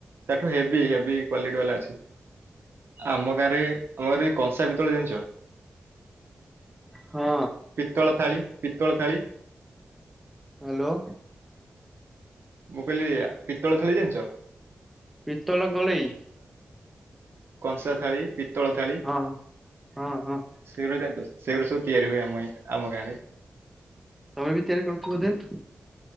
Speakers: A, on the right; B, in the centre.
A: ତାଠୁ ହେଭି ହେଭି କ୍ଵାଲିଟି ବାଲା ଅଛି। ଆମ ଗାଁରେ ଆମ ଘର କଂସା ପିତଳ ଜାଣିଛ
B: ହଁ
A: ପିତଳ ଥାଳି ପିତ୍ତଳ ଥାଳି
B: ହ୍ୟାଲୋ।
A: ମୁଁ କହିଲି ପିତ୍ତଳ ଥାଳି ଜାଣି ଯ
B: ପିତଳ କଳେଇ ।
A: କଂସା ଥାଳି ପିତ୍ତଳ ଥାଳି
B: ହଁ ହଁ ହଁ
A: ଶୀଘ୍ର ଜାଣି ସେଗୁରା ସବୁ ତିଆରି ହୁଏ ଆମ ଆମ ଗାଁ ରେ।
B: ତୋମେ ବି ତିଆରି କରଥୁବ ଦେନ୍